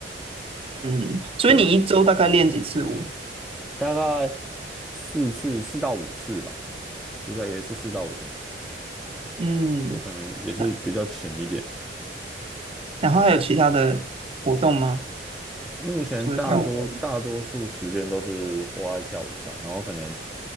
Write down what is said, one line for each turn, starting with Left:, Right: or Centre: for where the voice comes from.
Right: 嗯，所以你一周大概练几次舞？
Centre: 对，大概四次四到五次吧，就在也是四到五天，
Right: 嗯，
Centre: 就可能也是比较浅一点。
Right: 那然后还有其他的活动吗？
Centre: 目前大多大多数时间都是花在跳舞上，
Right: 除了跳舞？
Centre: 然后可能